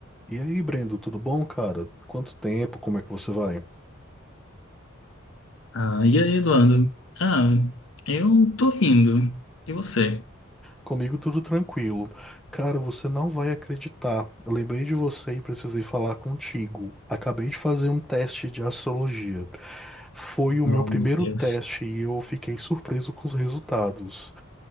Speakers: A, in the centre; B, on the left.
A: E aí, Brendo, tudo bom, cara? Quanto tempo? Como é que você vai?
B: Ah, e aí, Eduardo? Ah, eu tô rindo. E você?
A: Comigo tudo tranquilo. Cara, você não vai acreditar. Eu lembrei de você e precisei falar contigo. Acabei de fazer um teste de astrologia. Foi o
B: Oh,
A: meu primeiro
B: meu Deus.
A: teste e eu fiquei surpreso com os resultados.